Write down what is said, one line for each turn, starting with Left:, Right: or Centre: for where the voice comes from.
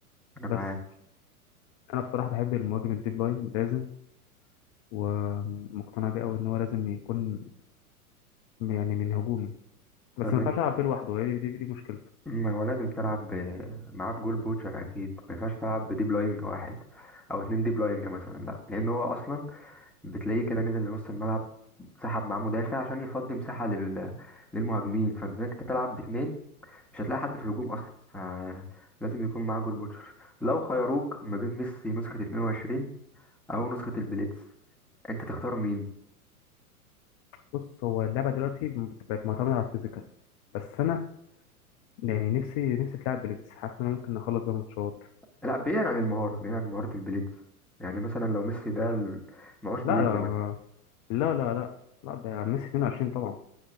Centre: انا معاك
Left: بس فانا بصراحه بحب المهاجم الديب لاين لازم ومقتنع بيه قوي ان هو لازم يكون يعني من هجومي بس
Centre: طب
Left: ما
Centre: انت
Left: ينفعش العب بيه لوحده هي دي دي, دي مشكلته
Centre: ما هو لازم تلعب ب... معاه بجول بوتشر اكيد ما ينفعش تلعب بديب لاينج واحد او اتنين ديب لاينج مثلا لا لان هو اصلا بتلاقيه كده نزل لنص الملعب سحب معاه مدافع عشان يفضي مساحة لل... للمهاجمين فانت إنك تلعب باتنين مش هتلاقي حد في الهجوم اصلا فلازم يكون معاه جول بوتشر لو خيروك ما بين ميسي نسخة 22 او نسخة البليدز انت تختار مين
Left: بص هو اللعبه دلوقتي بقت معتمده على الفيزيكال بس انا يعني نفسي نفسي في لعب بليدز حاسس ان انا ممكن اخلص بيها ماتشات
Centre: لا بعيدا عن المهارة بعيدا عن مهارة البليدز يعني مثلا لو ميسي ده ال- معهوش بليدز
Left: لا لا
Centre: مثلا
Left: لا لا لا لا ده ميسي 22 طبعا